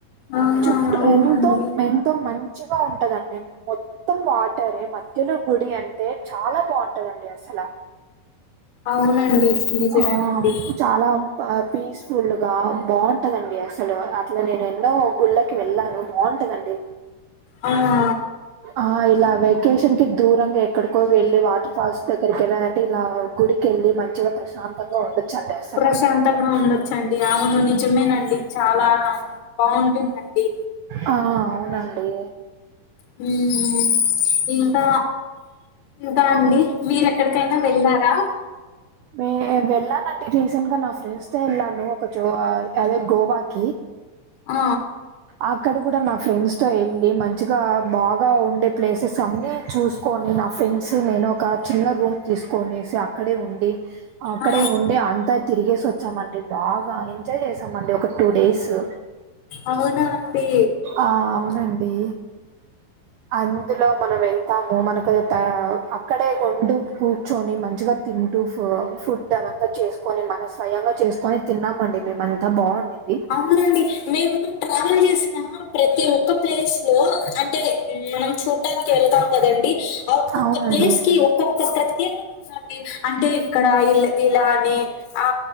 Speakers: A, on the left; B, on the right.
A: ఆహా
B: చుట్టూ
A: అవునండి
B: ఎంతో ఎంతో మంచిగా ఉంటదండి మొ మొత్తం వాటరే మధ్యలో గుడి అంటే చాలా బాగుంటదండి అసల
A: అవునండి నిజమేనండి
B: ఆ చాలా బా పీస్ఫుల్ గా బాగుంటుందండి అసలు అట్లా నేను ఎన్నో గుళ్ళకి వెళ్ళాను బాగుంటదండి
A: అవునా
B: ఆ ఇలా వెకేషన్ కి దూరంగా ఎక్కడికో వెళ్ళి వా ఫస్టెక్కడికెల్లాలంటే ఇలా గుడికెల్లి మంచిగ ప్రశాం తంగా ఉండొచ్చండీ అసలా
A: ప్రశాంతంగా ఉండొచ్చండి అవును నిజమేనండి చాలా బాగుంటుందండి
B: ఆ అవునండీ
A: <unintelligible> ఇంకా ఇంకా అండి మీరెక్కడికైనా వెళ్ళారా
B: మ్మ్ నేన్ వెళ్ళానండి రీసెంట్గ నా ఫ్రెండ్స్ తో ఎళ్ళానూ ఒక చో ఆ అదె గోవాకీ
A: ఆ
B: అక్కడ గుడ మా ఫ్రెండ్స్ తో ఎళ్ళి మంచిగా బాగా ఉండె ప్లేసెసన్నీ చూసి కోని నా ఫ్రెండ్స్ నేనూ ఒకా చిన్న రూమ్ తీస్కొనేసి అక్కడే ఉండి అక్కడే
A: ఆ
B: ఉండే అంతా తిరిగేసొచ్చామండి బాగా ఎంజయ్ యేసామండి ఒక టూ డేసూ
A: అవునా అండీ
B: ఆ అవునండీ అందులో మనమెళ్తామూ మనకూ టా అక్కడే గుండు కూర్చోని మంచిగా తింటూ ఫు ఫుడ్డవంతా చేస్కొని మన స్వయంగా చేస్కొని తిన్నామండి మేమంతా బావుండింది
A: అవునండి మేమూ ట్రావెల్ జేసినా ప్రతి ఒక్క ప్లేస్ లో అం టే మనం చూట్టానికి వెళ్తాం గదండి ఆ ఒక్కొక్క
B: అవునండి
A: ప్లేస్కీ ఒక్కొక్కా ప్ర త్యేకతుందండీ అంటే ఇక్కడ ఇల్ ఇలా అనీ ఆ